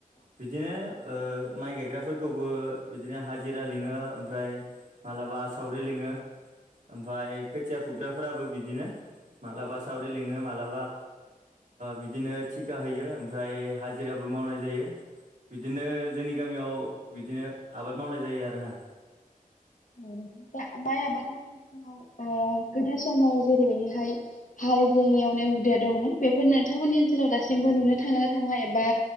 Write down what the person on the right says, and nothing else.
बिदिनो ओ माइ गायग्राफोरखौबो बिदिनो हाजिरा लिङो ओमफ्राय मालाबा सावरि लिङो ओमफ्राय खोथिया फुग्राफोराबो बिदिनो मालाबा सावरि लिङो मालाबा बिदिनो थिखा होयो ओमफ्राय हाजिराबो मावनाय जायो बिदिनो जोंनि गामियाव बिदिनो आबाद मावनाय जायो आरोना